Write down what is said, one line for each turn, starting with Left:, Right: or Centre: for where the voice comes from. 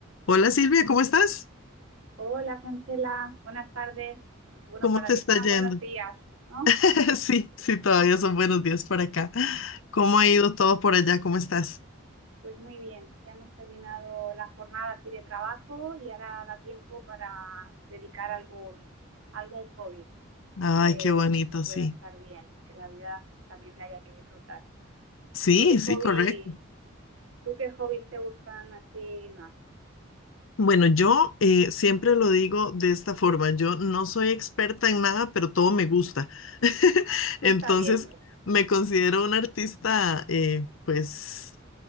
Left: Hola Silvia, ¿cómo estás?
Right: Hola, Francela, buenas tardes. Aunque, Bueno,
Left: ¿Cómo
Right: para
Left: te
Right: ti
Left: está
Right: serán
Left: yendo?
Right: buenos días, ¿no?
Left: <laughs> Sí, sí, todavía son buenos días por acá. ¿Cómo
Right: Muy-
Left: ha ido todo por allá? ¿Cómo estás?
Right: pues muy bien, ya hemos terminado la jornada aquí de trabajo y ahora da tiempo para dedicar algún, algún hobby
Left: Ay,
Right: que,
Left: qué bonito,
Right: que pueda
Left: sí.
Right: estar bien, que la vida también la haya que disfrutar.
Left: Sí,
Right: ¿Tú qué
Left: sí,
Right: hobby,
Left: correcto.
Right: tú qué hobbies te gustan así más?
Left: Bueno, yo eh, siempre lo digo de esta forma, yo no soy experta en nada, pero todo me gusta. <laughs>
Right: Ah, eso
Left: Entonces,
Right: está bien.
Left: me considero una artista, eh, pues,